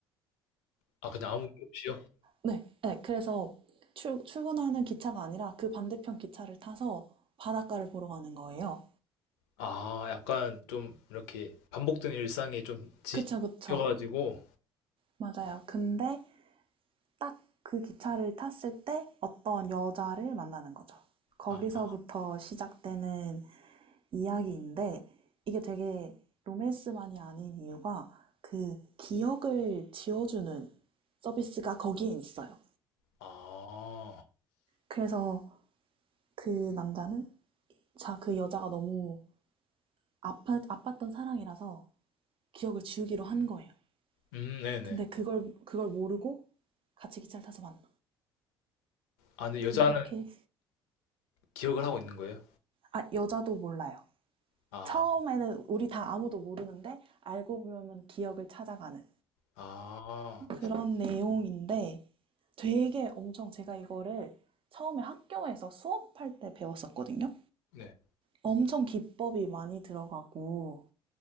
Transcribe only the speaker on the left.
아, 그냥 아무 이유 없이요?
아, 약간 좀 이렇게 반복된 일상이 좀 지겨가지고,
아,
아,
음, 네네.
아, 근데
여자는 기억을 하고 있는 거예요?
아,
아,
네.